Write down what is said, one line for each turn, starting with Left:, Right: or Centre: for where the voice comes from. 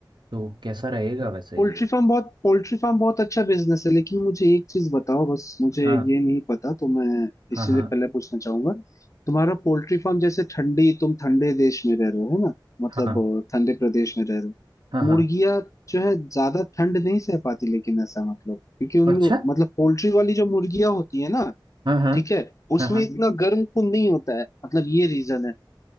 Right: तो कैसा रहेगा वैसे
Left: पोल्ट्री
Right: ये
Left: फार्म बहुत पोल्ट्री फार्म बहुत अच्छा बिजनेस है लेकिन मुझे एक चीज बताओ बस मुझे
Right: हाँ
Left: ये नहीं पता तो मैं
Right: हाँ
Left: इसीलिए
Right: हाँ
Left: पहले पूछना चाहूंगा तुम्हारा पोल्ट्री फार्म जैसे ठंडी तुम ठंडे देश में रह रहे हो है ना मतलब
Right: हाँ
Left: अ, ठंडे प्रदेश में रह रहे हो
Right: हाँ हाँ
Left: मुर्गियां जो है ज्यादा ठंड नहीं सह पाती लेकिन ऐसा मतलब क्योंकि उनमें
Right: अच्छा
Left: मतलब पोल्ट्री वाली जो मुर्गियां होती है ना
Right: हाँ हाँ
Left: ठीक है उसमें
Right: हाँ हाँ
Left: इतना गर्म खून नहीं होता है मतलब ये रीजन है